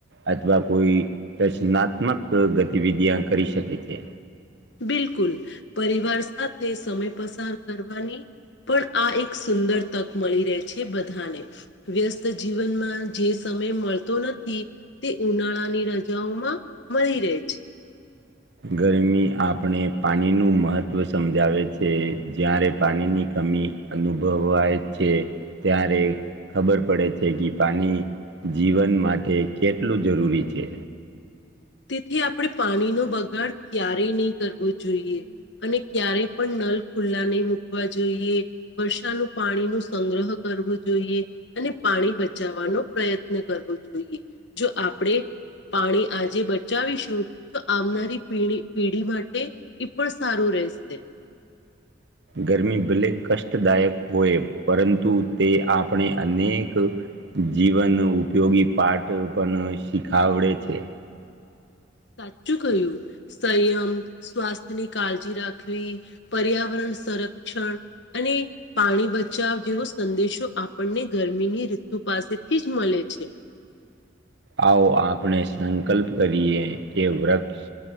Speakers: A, on the right; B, on the left.
A: અથવા કોઈ રચનાત્મક ગતિવિધિયાં કરી શકે છે.
B: બિલકુલ પરિવાર સાથે સમય પસાર કરવાની પણ આ એક સુંદર તક મળી રહે છે બધાને વ્યસ્ત જીવનમાં જે સમય મળતો નથી. તે ઉનાળાની રજાઓમાં મળી રહે છે.
A: ગરમી આપણે પાણીનું મહત્ત્વ સમજાવે છે જ્યારે પાણીની કમી અનુભવાય છે ત્યારે ખબર પડે છે કે પાણી જીવન માટે કેટલું જરૂરી છે.
B: તેથી આપડે પાણીનો બગાડ ક્યારેય ની કરવો જોઈએ. અને ક્યારેય પણ નલ ખુલ્લા નહી મૂકવા જોઈએ. વર્ષાનું પાણી નું સંગ્રહ કરવું જોઈએ. અને પાણી બચાવવાનો પ્રયત્ન કરવો જોઈએ જો આપડે પાણી આજે બ બચાવીશું તો આવનારી પેઢી માટે એ પણ સારું રહેશે.
A: ગરમી ભલે કષ્ટદાયક હોય પરંતુ તે આપણે અનેક જીવન ઉપયોગી પાટ પણ શીખાવડે છે.
B: સાચું કહ્યું સંયમ સ્વાસ્થ્યની કાળજી રાખવી પર્યાવરણ સંરક્ષણ અને પાણી બચાવ જેવો સંદેશો આપણને ગરમીની ઋતુ પાસેથી જ મળે છે.
A: આવો આપડે સંકલ્પ કરીએ કે વૃક્ષ